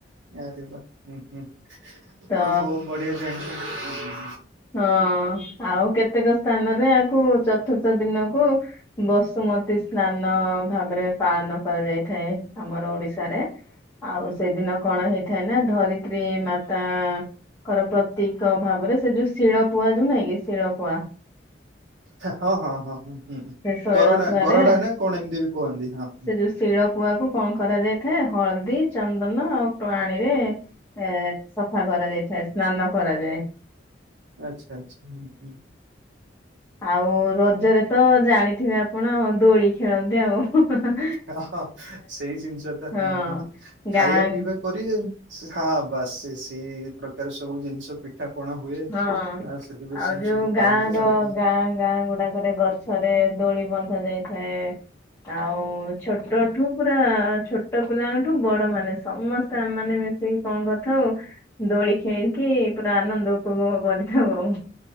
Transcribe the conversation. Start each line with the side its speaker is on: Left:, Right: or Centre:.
Right: ଆରେ ବା ହୁଁ ହୁଁ ଆପଣ
Left: ତ
Right: ବହୁତ ବଢିଆ ଜାଣିଛନ୍ତି।
Left: ହଁ ଆଉ କେତେକ ସ୍ଥାନରେ ଆକୁ ଚତୁର୍ଥ ଦିନକୁ। ବସୁମତୀ ସ୍ନାନ ଭାବରେ ପାଳନ କରାଯାଇଥାଏ ଆମର ଓଡିଶାରେ।
Right: ହ
Left: ଆଉ ସେଦିନ କଣ ହେଇଥାଏ ନା ଧରିତ୍ରୀ ମାତା। ଙ୍କର ପ୍ରତୀକ ଭାବରେ ସେ ଯୋଉ ଶିଳପୁଆ ଯୋଉ ନାଇଁ କି ଶିଳପୁଆ।
Right: ହାଁ ହଁ ହଁ ହଁ ହଁ ହୁଁ ହୁଁ
Left: ଶୈଳ
Right: ଗରୋଡା
Left: ପୁଆରେ
Right: ଗରୋଡା ନା କଣ ଏମିତି ବି କୁହନ୍ତି ହଁ ହୁଁ।
Left: ସେ ଯୋଉ ଶିଳ ପୁଆ କୁ କଣ କରାଯାଇଥାଏ ହଳଦୀ। ଚନ୍ଦନ ଆଉ ପାଣିରେ ଏଁ ସଫା କରା ଯାଇ ଥାଏ ସ୍ନାନ କରାଯାଏ।
Right: ଆଚ୍ଛା ଆଚ୍ଛା ହୁଁ ହଁ।
Left: ଆଉ ରଜରେ ତ ଜାଣିଥିବେ ଆପଣ ଦୋଳି ଖେଳନ୍ତି ଆଉ ହୁଁ ହେଁ ହେଁ।
Right: ହଁ ହଁ ସେଇ ଜିନିଷ ତ
Left: ହଁ
Right: ହୁଁ ହୁଁ ଖାଇବା
Left: ଗାଁ
Right: ପିଇବା କରିବେ ଆଉ। ହଁ ବାସ ସେ ସେଇ ପ୍ରକାର ସବୁ ଜିନିଷ ପିଠା ପଣା ହୁଏ
Left: ହଁ।
Right: ଆ ସେଲିବ୍ରେସନ
Left: ଆଉ ଯୋଉ
Right: ସବୁ କରନ୍ତି
Left: ଗାଁ ର
Right: ଆଉ କଣ
Left: ଗାଁ ଗାଁ ଗୁଡାକରେ ଗ ଗଛରେ ଦୋଳି ବନ୍ଧା ଯାଇଥାଏ। ଆଉ ଛୋଟଠୁ ପୁରା ଛୋଟ ପିଲାଙ୍କଠୁ ବଡ ମାନେ ସମସ୍ତେ। ଆମେମାନେ ମିଶିକି କଁ କରିଥାଉ। ଦୋଳି ଖେଳିକି ପୁରା ଆନନ୍ଦ ଉପଭୋଗ କରିଥାଉ ଆଉ।